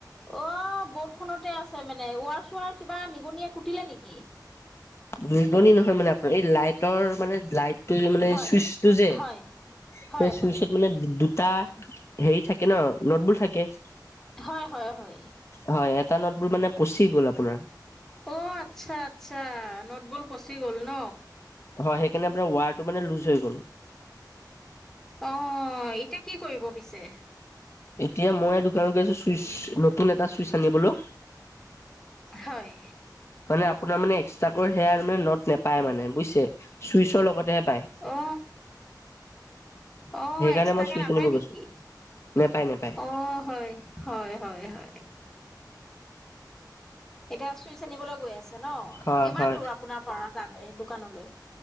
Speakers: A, in the centre; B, on the left (about 40°).
A: অ বৰ্টখনতে আছে মানে ৱাৰ চোৱাৰ কিবা নিগনিয়ে কুটিলে নেকি
B: নিগনি নহয় মানে আপোনাৰ এই লাইটৰ মানে লাইট মানে
A: হয়
B: চুইচটো যে
A: হয়
B: সেই
A: হয়
B: চুইচত
A: হয়
B: মানে দু টা হেৰি থাকে নদবুল থাকে
A: হয় হয় হয়
B: হয় এটা নটবোল মানে পচি গ'ল আপোনাৰ
A: অ আচ্ছা আচ্ছা নটবল পচি গ'ল ন
B: হয় সেইকাৰণে আপোনাৰ ৱায়াৰটো মানে লুজ হৈ গ'ল
A: অ এতিয়া কি কৰিব পিছে
B: এতিয়া মই এটো কাম কৰি আছো চুইচ নতুন এটা চুইচ আনিবলৈ।
A: হয়।
B: মানে আপোনাৰ মানে এক্সট্ৰাকৈ সেয়াৰ মানে নট নোপায় মানে বুজিছে চুইচৰ লগতেহে পায়।
A: অ অ',
B: সেইকাৰণে
A: এক্সট্ৰাকে
B: মই চুইচ
A: নাপায়
B: আনিব
A: নেকি
B: গৈছো নেপায় নেপায়
A: অ', হয়। হয় হয় হয়। এতিয়া চুইচ আনিবলৈ গৈ আছে ন
B: হয়
A: কিমান
B: হয়।
A: দূৰ আপোনাৰ পৰা তালৈ দোকানলৈ?